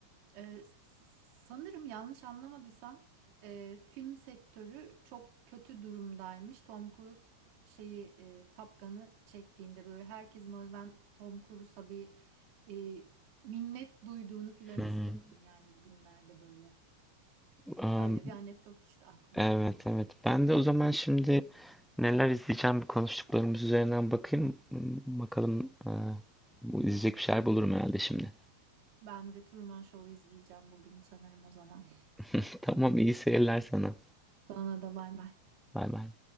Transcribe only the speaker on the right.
ee, s- sanırım yanlış anlamadıysam e, film sektörü çok kötü durumdaymış. Tom Cruise şeyi e, Top Gun'ı çektiğinde böyle herkesin o yüzden Tom Cruise'a bir e, minnet duyduğunu filan
hissettim yani bugünlerde böyle.
Öyle bir anekdot işte aklıma
geldi.
Ben de Truman Show'u izleyeceğim bugün sanırım o zaman.
Sana da bay bay.